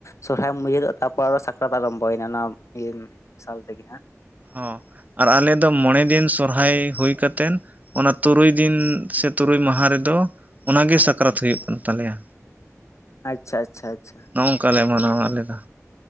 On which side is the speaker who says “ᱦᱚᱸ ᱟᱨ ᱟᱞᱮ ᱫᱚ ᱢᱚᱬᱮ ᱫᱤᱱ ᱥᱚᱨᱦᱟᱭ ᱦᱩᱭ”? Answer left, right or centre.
Right